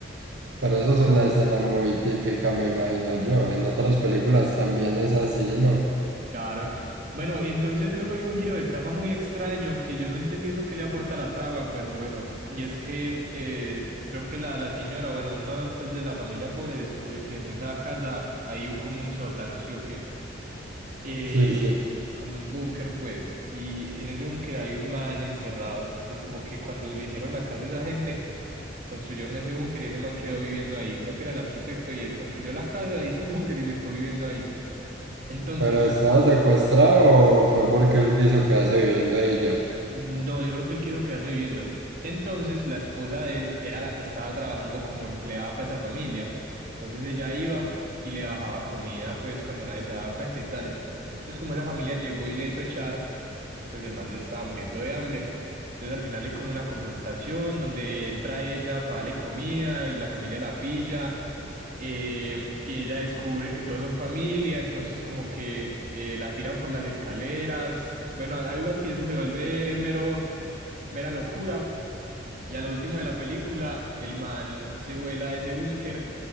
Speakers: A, on the right; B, on the right.
A: Pero eso es una escena muy típica, me imagino yo. En otras películas también es así, ¿no?
B: Claro. Bueno, y entonces luego hay un giro de trama muy extraño que yo no entendí eso que le aporta a la trama, pero bueno, y es que eh, creo que la, la señora, bueno, uno pues, de la familia pobre descubre que en esa casa hay como un sótano, ¿sí o qué? Eh,
A: Sí, sí.
B: como un búnker, pues, y en ese búnker hay un man encerrado, pues como que cuando le hicieron la casa a esa gente, construyeron ese búnker y ese man quedó viviendo ahí, creo que era el arquitecto y él construyó la casa, hizo el <laughs> búnker y se quedó viviendo ahí. Entonces...
A: ¿Pero estaba secuestrado o fue porque él quiso quedarse viviendo ahí ya?
B: No, yo creo que él quiso quedarse viviendo. Entonces, la esposa de él era la que estaba trabajando como empleada para esa familia. Entonces ella iba y le bajaba comida, pues cuando nadie se daba cuenta y tales. Entonces, como esa familia llegó y le hizo echar, eh, pues el man se estaba muriendo de hambre. Entonces, al final hay como una confrontación donde entra ella para darle comida y la familia la pilla eh, y ella descubre que todos son familia, entonces como que eh, la tiran por las escaleras, bueno, al- algo así, eso se vuelve mero, mera locura. Y a lo último de la película, el man se vuela de ese búnker